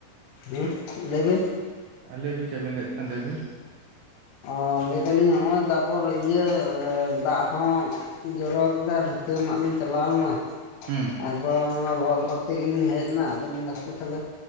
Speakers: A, on the left; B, on the right.
A: ᱦᱩᱸ ᱞᱟᱹᱭᱵᱤᱱ᱾
B: ᱟ ᱞᱟᱹᱭ ᱵᱤᱱ ᱪᱮᱫ ᱵᱤᱱ ᱞᱟᱹᱭᱮᱫ ᱛᱟᱦᱮᱱᱟ ᱞᱟᱹᱭ ᱵᱤᱱ ᱾
A: ᱚ ᱞᱟᱹᱭ ᱫᱟᱞᱤᱧ ᱦᱚᱜᱼᱚᱭ ᱛᱟᱯᱚᱨ ᱤᱭᱟᱹ ᱫᱟᱜ ᱦᱚᱸ ᱡᱚᱨᱚ ᱠᱮᱫᱟ ᱵᱷᱤᱛᱟᱹ ᱢᱟᱜ ᱞᱤᱧ ᱪᱟᱞᱟᱣ ᱞᱮᱱᱟ,
B: ᱦᱩᱸ ᱾
A: ᱟᱫᱚ ᱚᱱᱟ ᱞᱚᱦᱚᱫ ᱞᱚᱦᱚᱫ ᱛᱮ ᱜᱮᱤᱧ ᱦᱮᱡᱱᱟ, ᱟᱫᱚ ᱦᱟᱯᱮ ᱛᱟᱦᱚᱞᱮ